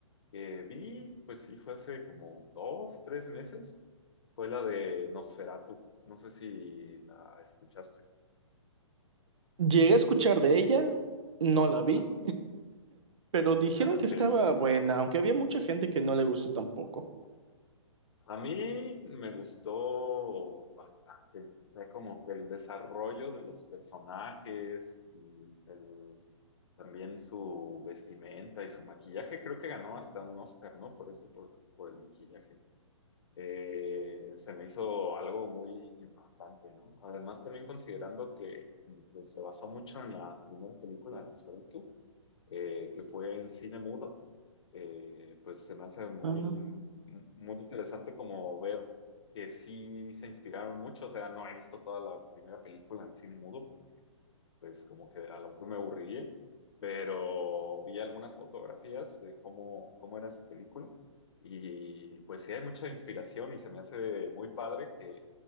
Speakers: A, on the left; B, on the right.
A: que vi, pues sí, fue hace como dos, tres meses. Fue la de Nosferatu. No sé si la escuchaste.
B: Llegué a escuchar de ella, no la
A: No.
B: vi, pero dijeron
A: <laughs>
B: que
A: Sí,
B: estaba
A: me imagino.
B: buena, aunque había mucha gente que no le gustó tampoco.
A: A mí me gustó bastante, o sea, como que el desarrollo de los personajes y el, también su vestimenta y su maquillaje, creo que ganó hasta un Oscar, ¿no? Por eso, por, por el maquillaje. Eh, se me hizo algo muy impactante, ¿no? Además, también considerando que, que se basó mucho en la primera película de Nosferatu, eh, que fue en cine mudo, eh, pues se me hace muy,
B: Ah,
A: muy interesante como ver que sí se inspiraron mucho, o sea, no he visto toda la primera película en cine mudo, porque pues como que a lo mejor me aburriría, pero vi algunas fotografías de cómo, cómo era esa película y pues sí hay mucha inspiración y se me hace muy padre que,